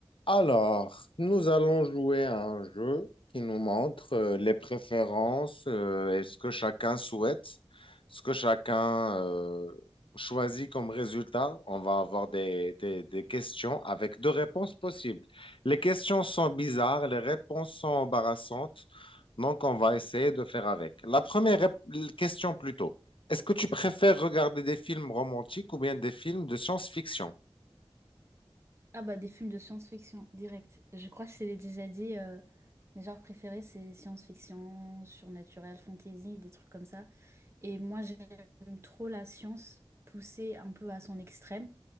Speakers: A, on the left; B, on the right.
A: Alors, nous allons jouer à un jeu qui nous montre euh, les préférences euh, et ce que chacun souhaite, ce que chacun euh, choisit comme résultat. On va avoir des, des- des questions avec deux réponses possibles. Les questions sont bizarres, les réponses sont embarrassantes, donc on va essayer de faire avec. La première rép- question plutôt, est-ce que tu préfères regarder des films romantiques ou bien des films de science-fiction?
B: Ah bah des films de science-fiction, direct. Je crois que je te l'ai déjà dit, euh, mes genres préférés c'est science-fiction, surnaturel, fantasy, des trucs comme ça. Et moi j'aime trop la science poussée un peu à son extrême.